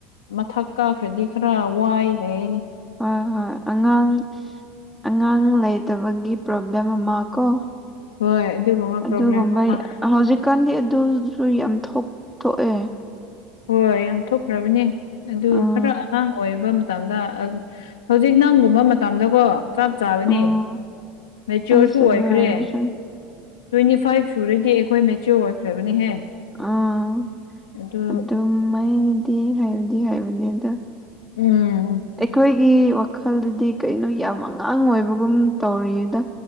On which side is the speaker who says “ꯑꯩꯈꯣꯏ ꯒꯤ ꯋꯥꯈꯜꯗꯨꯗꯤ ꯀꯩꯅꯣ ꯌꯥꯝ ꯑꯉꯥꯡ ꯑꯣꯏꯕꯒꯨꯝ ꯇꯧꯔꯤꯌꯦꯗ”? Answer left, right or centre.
Centre